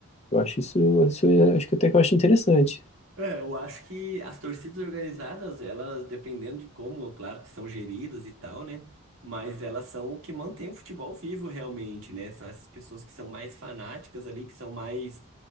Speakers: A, on the left (about 30°); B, on the right (about 65°).
A: eu acho isso, isso é- acho que até que eu acho interessante.
B: É, eu acho que as torcidas organizadas, elas, dependendo de como, claro que são geridas e tal, né? Mas elas são o que mantém o futebol vivo realmente, né? São essas pessoas que são mais fanáticas ali, que são mais